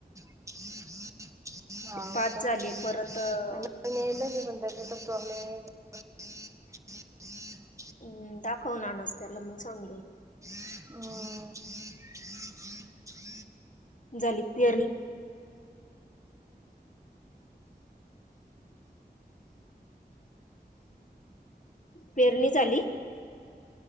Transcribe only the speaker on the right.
हो का
त्याचे
पण प्रॉब्लेम येत.
हम्म.